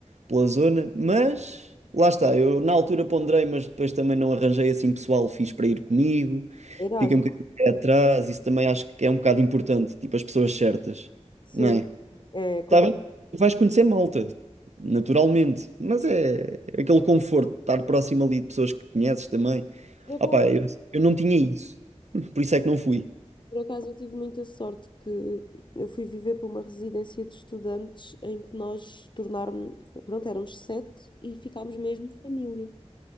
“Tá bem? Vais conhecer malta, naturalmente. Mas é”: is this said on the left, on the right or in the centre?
Right